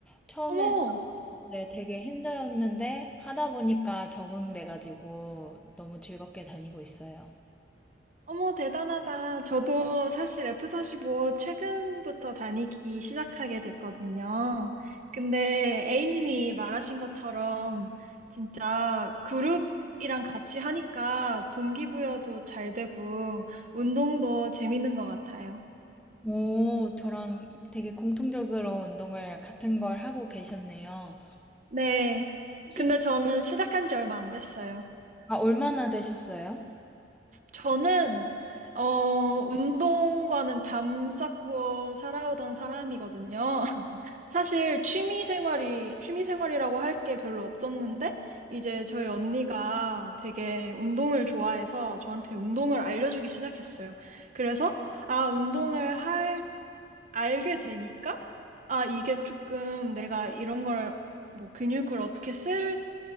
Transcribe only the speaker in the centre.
처음엔
네, 되게 힘들었는데, 하다 보니까 적응돼가지고 너무 즐겁게 다니고 있어요.
오, 저랑 되게 공통적으로 운동을 같은 걸 하고 계셨네요.
혹시
다
아, 얼마나 되셨어요?